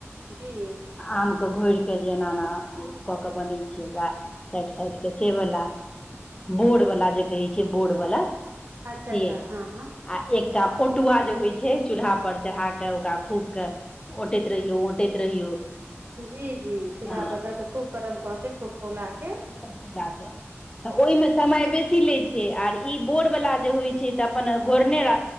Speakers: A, on the right; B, on the left.
A: जी।
B: आम के घोर के जे एना एना कऽ के बनै छै ओकरा साइड साइड के सेवला
A: जी
B: बोर्ड वाला जे कहै छै बोर्ड वाला
A: अच्छा अच्छा
B: से
A: हँ हँ
B: आ एकटा
A: अच्छा
B: ओ तुआ जे होइ छै चूल्हा पर चढ़ा के ओकरा खूब के औटैत रहियौ औटैत रहियौ।
A: जी चूल्हा
B: हँ
A: पर दर के खूब गरम कर के खूब खौला के
B: मिलाक तऽ ओहिमे समय बेसी लैत छै आर ई बोर वाला जे होइ छै तऽ अपन घोरने र